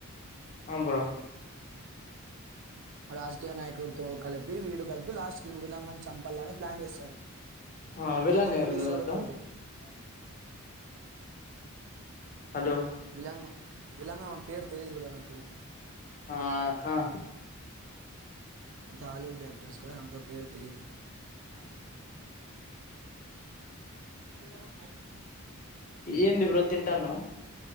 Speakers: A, on the left (about 35°); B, on the right (about 60°).
A: ఆ బ్రో
B: రాజకీయ నాయకుడు తో కల్ వీడు కలిపి లాస్ట్ కి విలన్ గాని చంపాలని ప్లాన్ చేస్తాారు
A: ఆ విలన్
B: ఇంకో
A: ఎవరు
B: పోలీస్సోడు
A: బ్రో దాంట్లో
B: కలిపి ప
A: హలో
B: విలాంగం ఇలాంగా ఉన్ పేరు తెలీదు బ్రో నాకి
A: ఆ ఆ
B: అంత హాలీవుడ్ క్టర్స్ కదా అన్ పేరు తెలిదు
A: ఆ
B: <inaudible> ఉమ్
A: ఏంది బ్రో తింటాన్నావ్